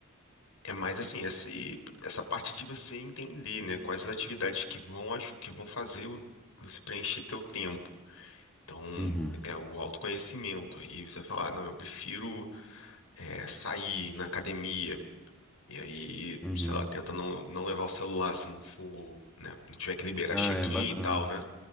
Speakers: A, on the left; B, in the centre.
A: É mais assim, esse, essa parte de você entender, né, quais as atividades que vão, aju- que vão fazer o- você preencher teu tempo. Então,
B: uhum,
A: é o autoconhecimento. Aí você vai falar, "Ah, não, eu prefiro é, sair ir na academia. E aí,
B: uhum.
A: sei lá, tenta não, não levar o celular se não for, né, não tiver que liberar
B: Ah,
A: check-in
B: é bacana.
A: e tal, né?